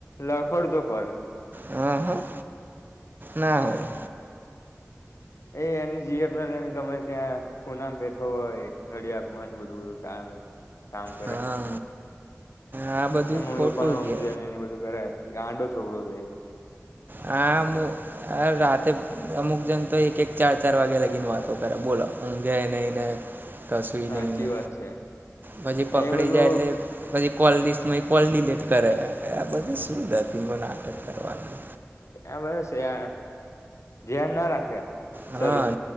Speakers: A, on the left; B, on the right.
A: લખડ તો ફરે.
B: હા હા, ના હોય.
A: એ એની જીએપને લઈને ગમે ત્યાં પુનામાં બેઠો હોય નડયાદ મા ન બધું બધું કારણ કામ કરે.
B: હા આ બધું
A: એ મમ્મી
B: ખોટું
A: પપ્પા નું
B: કે
A: સમજને એને બધું કરે ગાંડો છોકરો છે.
B: હા રાતે અમુક જન તો એક એક ચાર ચાર વાગ્યા લગી વાતો કર બોલો ઉગે નહી ને કશું
A: સાચી
B: નહી ને
A: વાત છે.
B: પછી પકડી
A: એ બધું
B: જાય એટલે પછી કોલિસ્ટ મા કોલ ડિલેટ કરે. આ બધું શું દતીગો નાટક કરવાના.
A: આ બધા ધ્યાન ના રાખે
B: હા
A: શરીર